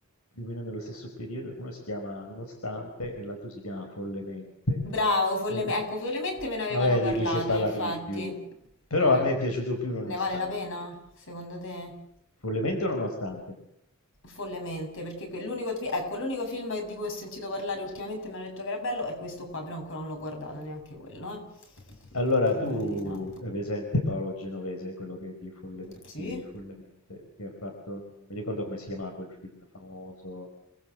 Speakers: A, on the left; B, on the left.
A: più o meno nello stesso periodo, uno si chiama Nonostante e l'altro si chiama Follemente.
B: Bravo, folleme-
A: Eh,
B: ecco, follemente me ne avevano
A: vabbè,
B: parlato,
A: di cui si è parlato
B: infatti.
A: di più, però
B: Mm.
A: a me è piaciuto più Nonostante.
B: Ne vale la pena, secondo te?
A: Follemente o Nonostante?
B: Follemente, perché que- l'unico fi- ecco, l'unico film di cui ho sentito parlare ultimamente e mi hanno detto che era bello è questo qua, però ancora non l'ho guardato neanche quello, eh.
A: Allora,
B: Dico
A: tu
B: la verità.
A: hai presente Paolo Genovese, quello che di, Folle-
B: Sì?
A: di Follemente, che ha fatto, non mi ricordo come si chiamava quel film famoso,